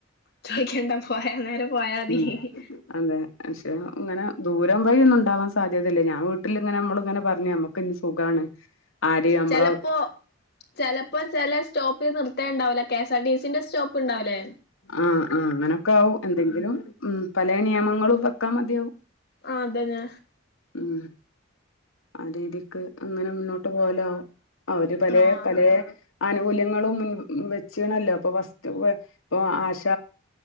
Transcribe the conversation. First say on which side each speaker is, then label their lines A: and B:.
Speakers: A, on the left; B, on the left.
A: ചോദിക്കണ്ടാ പോയ നേരെ പോയാതി
B: ഉം
A: ഹി ഹി ഹി
B: അതെ പക്ഷെ ഉ ഇങ്ങനെ ദൂരം വഴി ഒന്നു ണ്ടാവാൻ സാധ്യതയില്ല ഞാൻ വീട്ടില്ങ്ങനെ നമ്മള് ങ്ങനെ പറഞ്ഞ് നമുക്കിനി സുഖാണ് ആര് നമ്മളെ
A: ചെലപ്പോ ചെലപ്പോ ചെല സ്റ്റോപ്പിൽ നിർ ത്തെണ്ടാവില്ല കെ സാ ആർ ടി സിന്റെ സ്റ്റോപ്പ്ണ്ടാവുല്ലേ
B: ആ ആ അങ്ങനെയൊക്കാവും എന്തെങ്കിലും ഉം പല നിയമങ്ങളും പ ക്ക മതിയാവും
A: ആ അതെന്നെ
B: ഉംമ്മ് അ രീതിക്ക് അങ്ങനെ മുന്നോട്ട് പോവാലാവും അവര് പലേ
A: ആഹ്
B: പലേ ആനുകൂല്യങ്ങളും മമ് വെച്ചണല്ലോ അപ്പൊ ഫസ്റ്റ് വ ആശ